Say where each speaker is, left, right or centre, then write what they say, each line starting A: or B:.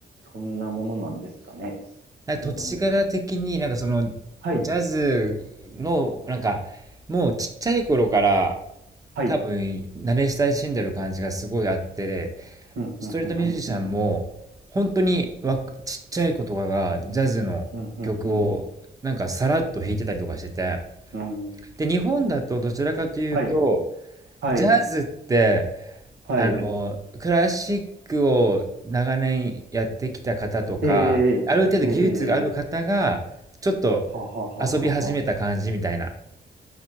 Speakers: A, on the right; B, on the right.
A: そんなものなんですかね。
B: なんか土地柄的になんかその
A: そうなんでしょう。はい、
B: ジャズのなんかもうちっちゃい頃から
A: はい。
B: 多分慣れ親しんでる感じがすごいあって、
A: うん、
B: ストリートミュージシャンも本当にわちっちゃい子とかがジャズの曲をなんかさらっと弾いてたりとかしてて
A: うん、うん、うん、うん、うん、うんうん、うん。
B: で日本だとどちらかというと
A: はい、はい、
B: ジャズって
A: はい。
B: あのクラシックを長年やってきた方とかある程度技術がある方がちょっと
A: ええ、ええ、ええ、ええははははは
B: 遊び始めた感じみたいな